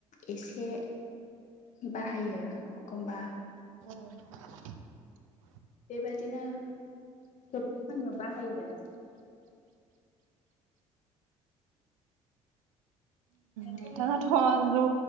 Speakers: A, on the left (about 45°); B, on the right (about 70°).
A: एसे बाहायो एखमबा
B: औ
A: बेबादिनो गोबां खानियाव बाहायो। नोंथांनि
B: नोंथाङाथ जौ